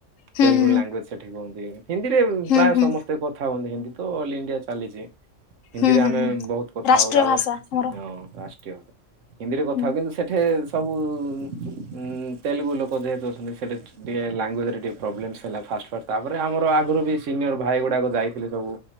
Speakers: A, on the left (about 80°); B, on the right (about 70°).
A: ହୁଁ
B: ତେଲୁଗୁ
A: ହୁଁ ହୁଁ
B: ଲାଙ୍ଗୁଏଜ ସେଠି କୁହନ୍ତି ହିନ୍ଦୀରେ
A: ହୁଁ
B: ପ୍ରାୟ
A: ହୁଁ ହୁଁ
B: ସମସ୍ତେ କଥା ହୁଅନ୍ତି ହିନ୍ଦୀ ତ ଅଲ ଇଣ୍ଡିଆ ଚାଲିଚି ହିନ୍ଦୀରେ
A: ହୁଁ ହୁଁ।
B: ଆମେ ବୋହୁତ କଥା
A: ରାଷ୍ଟ୍ରୀୟ
B: ହୋଉ ତାପରେ
A: ଭାଷା ଆମର
B: ହିନ୍ଦୀରେ କଥା
A: ହୁଁ
B: ହଉ କିନ୍ତୁ ସେଠେ ସବୁ ଉଁ ତେଲୁଗୁ ଲୋକ ଯେହେତୁ ଅଛନ୍ତି ସେଠି ଟିକେ ଲାଙ୍ଗୁଏଜ ରେ ଟିକେ ପ୍ରୋବ୍ଲେମଶ୍ ହେଲା ଫାଷ୍ଟ ଫାଷ୍ଟ ତାପରେ ଆମର ଆଗରୁ ବି ସିନିୟର ଭାଇ ଗୁଡାକ ଯାଇଥିଲେ ସବୁ।